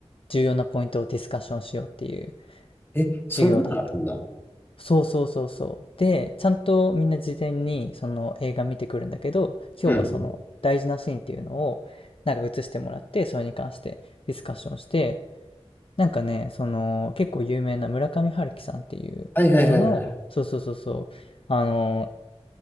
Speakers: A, on the left (about 55°); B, on the left (about 20°).
A: 重要なポイントをディスカッションしようっていう
B: え、そんなのあるんだ。
A: 授業だったの。そうそうそうそう。で、ちゃんとみんな事前にその映画見てくるんだけど、今日はその大事なシーンっていうのをなんか映してもらって、
B: うん。
A: それに関してディスカッションして、なんかね、その結構有名な村上春樹さんっていう人の、
B: はいはいはいはい。
A: そうそうそうそう、あの、